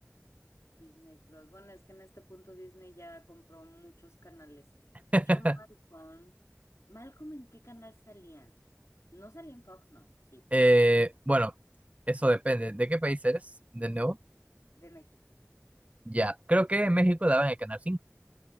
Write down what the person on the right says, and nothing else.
<laughs>
Eh, bueno, eso depende. ¿De qué país eres? De nuevo.
Ya, creo que en México daban el Canal 5.